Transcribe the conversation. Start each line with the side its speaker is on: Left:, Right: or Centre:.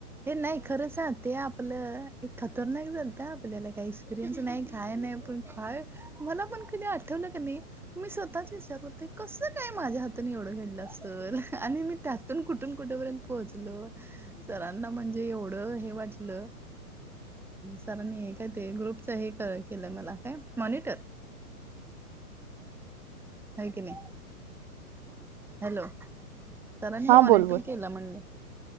Centre: हे नाही खरंच ह ते आपलं एक खतरनाक झालत हा आपल्याला काहीसं. एक्स्पिरियन्स नाही काय नाही पण काय मला पण कधी आठवलं का नाही. मी स्वतःच विचारत होते कस काय माझ्या हातून एवढं घडलं असल आणि मी त्यातून कु कुठून कुठेपर्यंत पोहोचलो सरांना म्हणजे एवढं हे वाटलं. सरांनी काय ते ग्रुपच हे केलं मला काय मॉनिटर. होय की नाही. हॅलो सरांनी
Right: हा
Centre: मॉनिटर
Right: बोल बोल
Centre: केला म्हणलं.